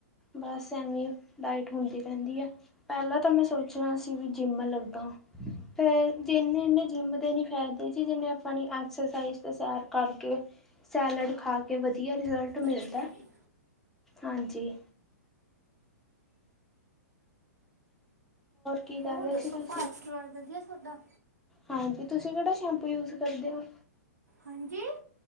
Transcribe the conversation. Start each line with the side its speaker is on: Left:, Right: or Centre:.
Centre: ਬਸ ਐਵ ਡਾਇਟ ਹੁੰਦੀ ਰਹਿੰਦੀ ਹੈ ਪਹਿਲਾਂ ਤਾਂ ਮੈਂ ਸੋਚਣਾ ਸੀ ਵੀ ਜਿੰਮ ਲੱਗਾ ਫਿਰ ਜਿੰਨੇ ਨੇ ਜਿੰਮ ਦੇ ਨੀ ਫਾਇਦੇ ਜੀ ਜਿਨੇ ਆਪਣੀ ਐਕਸਰਸਾਈਜ਼ ਤੇ ਸੈਰ ਕਰ ਸੈਲਡ ਖਾ ਕੇ ਵਧੀਆ ਰਿਜ਼ਲਟ
Right: ਅੱਛਾ
Centre: ਮਿਲਦਾ
Right: ਜੀ
Centre: ਹਾਂਜੀ ਕੀ ਕਰ
Right: ਹੋਰ
Centre: ਰਹੇ
Right: ਦੱਸੋ
Centre: ਸੀ ਤੁਸੀਂ
Right: ਘਾਰਵਾਰ ਵਧੀਆ ਸਾਡਾ
Centre: ਹਾਂਜੀ ਤੁਸੀਂ ਕਿਹੜਾ ਸ਼ੈਂਪੂ ਯੂਜ ਕਰਦੇ ਹੋ
Right: ਹਾਂਜੀ